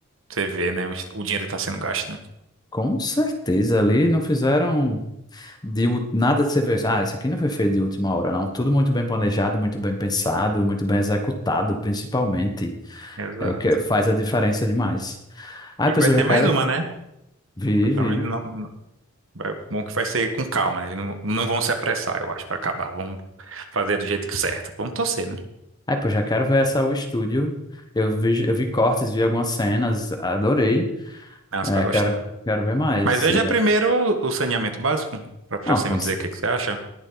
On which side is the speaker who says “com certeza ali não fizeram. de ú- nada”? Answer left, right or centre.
Left